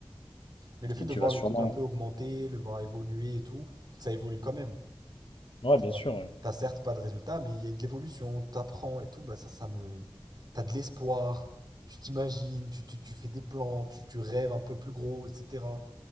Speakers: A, on the right; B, on the left.
A: Mais le fait
B: et
A: de
B: tu
A: voir
B: vas sûrement...
A: le truc un peu augmenter, le voir évoluer et tout, parce que ça évolue quand même,
B: Ouais,
A: tu
B: bien
A: vois.
B: sûr, ouais.
A: T'as certes pas de résultat, mais il y a de l'évolution, t'apprends et tout, bah ça, ça me... T'as de l'espoir, tu t'imagines, tu, tu, tu fais des plans, tu, tu rêves un peu plus gros, etc.